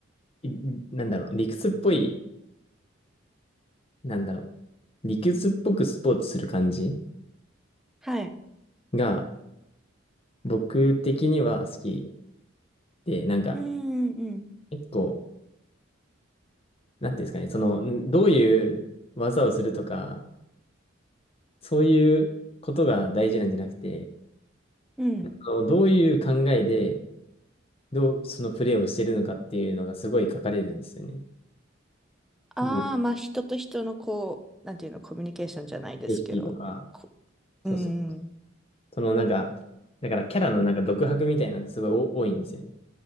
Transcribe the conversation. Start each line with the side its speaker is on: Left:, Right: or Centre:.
Left: いいなんだろう、理屈っぽい、なんだろう、理屈っぽくスポーツする感じ
Centre: はい。
Left: が、僕的には好き。で、なんか、
Centre: うんうん
Left: 結構、なんていうんですかね、その、んどういう技をするとか、そういうことが大事なんじゃなくて、
Centre: うん。うん。
Left: あのどういう考えで、どう、そのプレーをしてるのかっていうのがすごい書かれるんですよね。
Centre: ああ、
Left: ブレ
Centre: まあ、人と人のこう、なんていうの、コミュニケーションじゃないですけど。
Left: イキとか、
Centre: こ
Left: そうそう。
Centre: うんうん
Left: そのなんか、だからキャラのなんか独白みたいなのがすごいお多いんですよね。